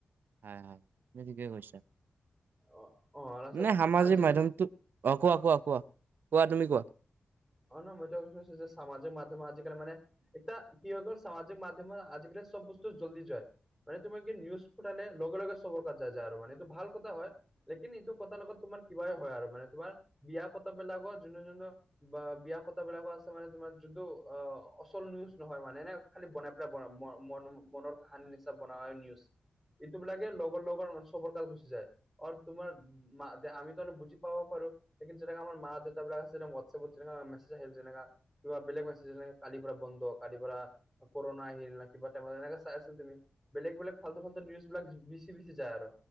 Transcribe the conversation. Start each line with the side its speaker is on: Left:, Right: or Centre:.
Right: হয়', হয়', তুমি ঠিকেই কৈছা',
Centre: অ অ লাষ্টত
Right: নে, সামাজিক
Centre: আজিকালি
Right: মাধ্যমটোক অহ', কোৱা-কোৱা-কোৱা-কোৱা তুমি কোৱা',
Centre: অ, ' নহয় মই এইটো কৈছোঁ যে সামাজিক মাধ্যম আজিকালি মানে', এতিয়া কি হৈ গ'ল সামাজিক মাধ্যমে আজিকালি চব বস্তু জলদি যায়', মান তোমাক কিবা নিউজ পঠালে লগে লগে চবৰ তাত যায়, যায় আৰু মানটো ভাল কথা হয়', লেকিন ই এইটো কতাৰ লগত তোমাৰ কিবাই হয় আৰু মানে তোমাৰ বিয়াৰ কতা বিলাকত যোনে যোনে', বা', বিয়া কতা বিলাকো আছে মানে তোমাৰ যদিও অ', অচল নিউজ নহয় মানে এনে', খালি বনাই পেলাই বনা, ম-মনও- মনৰ কাহানীৰ নিচনা বনাই নিউজ', ইটো বিলাকে লগৰ লগৰ চবৰ তাত গুচি যায় আৰু তোমাৰ', মা', - দে', আমি তো অলপ বুজি পাওঁ বাৰু', লেকিন যেনেকা আমাৰ মা, দেউতাবিলাক আছে তেওঁৰ হোৱাটছএপত যেনেকা মেছেজ আহিল যেনেকা', কিবা বেলেগ মেছেজ আহিল কালিৰ পৰা বন্ধ কালিৰ পৰা', কৰ'না আহিল না কিবা টাইমত ইনকা চাই আছিল তুমি', বেলেগ- বেলেগ, ফালতু-ফালতু নিউজবিলাক বেছি-বেছি যায় আৰু